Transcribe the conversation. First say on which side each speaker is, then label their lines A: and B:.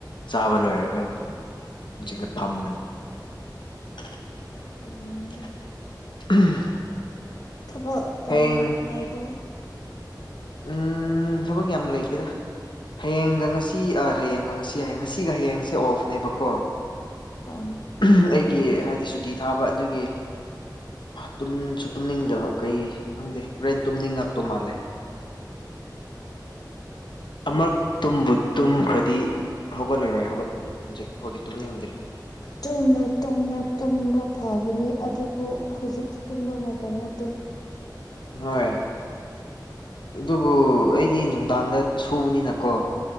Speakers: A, on the left; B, on the left.
A: ꯆꯥꯕ ꯂꯣꯏꯔꯒ ꯍꯧꯖꯤꯛꯅ ꯐꯝꯕꯅꯤ <unintelligible>
B: ꯎꯝ
A: <unintelligible>
B: ꯊꯕꯛ ꯌꯥꯝ
A: ꯍꯌꯦꯡ
B: ꯂꯩꯕ꯭ꯔ‌ꯣ
A: ꯎꯝ ꯊꯕꯛ ꯌꯥꯝ ꯂꯩꯇꯦꯗ ꯍꯌꯦꯡꯒ ꯉꯁꯤ ꯍꯌꯦꯡꯒ ꯉꯁꯤ ꯍꯌꯦꯡ ꯉꯁꯤꯒ ꯍꯌꯦꯡꯁꯦ ꯑꯣꯐꯅꯦꯕꯀꯣ
B: ꯑꯣꯝ
A: ꯑꯩꯒꯤ ꯍꯥꯏꯗꯤ ꯁꯨꯇꯤ ꯊꯥꯕ ꯑꯗꯨꯒꯤ ꯇꯨꯝꯁꯨ ꯇꯨꯝꯅꯤꯡꯗꯕ ꯀꯩ ꯈꯪꯗꯦ ꯔꯣꯔꯦꯟ ꯇꯨꯝꯅꯤꯡꯉꯛꯇꯧ ꯃꯥꯜꯂꯦ ꯑꯃꯛ ꯇꯨꯝꯕꯨ ꯇꯨꯝꯈ꯭ꯔꯗꯤ ꯍꯧꯒꯠꯂꯔꯣꯏ ꯍꯧꯒꯠꯄꯗꯤ ꯍꯧꯖꯤꯛꯐꯥꯎꯗꯤ ꯇꯨꯝꯅꯤꯡꯗ꯭꯭ꯔꯔꯤ
B: ꯇꯨꯝꯃꯨ ꯇꯨꯝꯃꯨ ꯇꯨꯝꯕ ꯐꯕꯅꯤ ꯑꯗꯨꯕꯨ ꯍꯧꯖꯤꯛꯇꯤ ꯇꯨꯝꯕ ꯃꯇꯝ ꯅꯠꯇꯦ
A: ꯍꯣꯏ ꯑꯗꯨꯕꯨ ꯑꯩꯗꯤ ꯅꯨꯡꯗꯥꯡꯗ ꯁꯨꯕꯅꯤꯅꯀꯣ